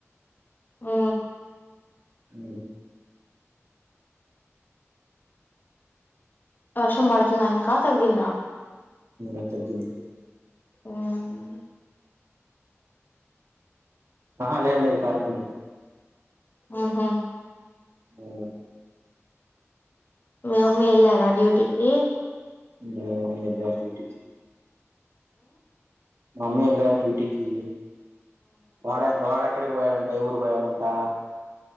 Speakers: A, on the left; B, on the right.
A: ఆ
B: అ
A: వర్షం పడుతుంద ఇంకా తగ్గిందా
B: అ తగ్గింది
A: ఆ న్న
B: ఆ అహా లే లేదు పార్కు పోయిన
A: ఆహా
B: బ్బో
A: మీ మమ్మీ ఎళ్లారా డ్యూటీకి
B: మీ అమ్మ వెళ్లారు డ్యూటీకీ మా అమ్మ వెళ్లారు డ్యూటీకి వాడ వాడెక్కడికి పోయాడం దైఊరు పోయారంతా